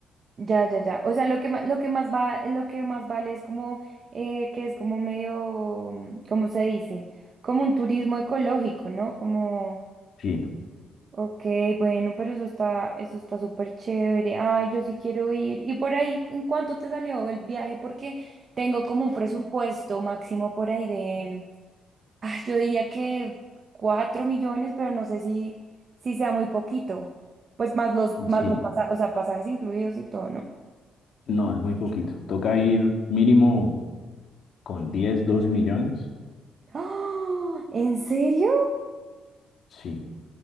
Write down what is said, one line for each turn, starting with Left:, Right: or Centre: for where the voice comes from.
Right: Ya, ya, ya. O sea, lo que más, lo que más va, lo que más vale es como, eh, que es como medio, mm, ¿cómo se dice? Como un turismo ecológico, ¿no? Como,
Left: Sí,
Right: ok, bueno, pero eso está, eso está súper chévere. Ay, yo sí quiero ir. Y por ahí, ¿en cuánto te salió el viaje? Porque tengo como un presupuesto máximo por ahí de, ah, yo diría que cuatro millones, pero no sé si, si sea muy poquito. Pues más los, más
Left: sí,
Right: los,
Left: no.
Right: pasa- o sea, pasajes incluidos y todo, ¿no?
Left: No, es muy poquito. Toca ir mínimo con 10 12 millones.
Right: <gasps> ¡Ah! ¿En serio?
Left: Sí,